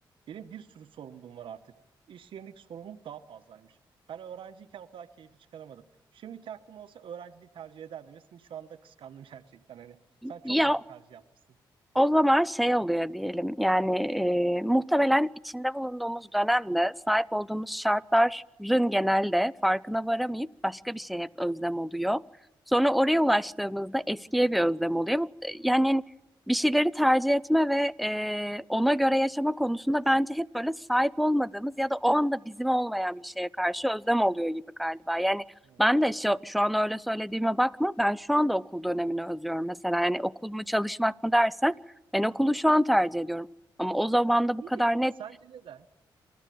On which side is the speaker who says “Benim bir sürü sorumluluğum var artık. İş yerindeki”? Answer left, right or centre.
Right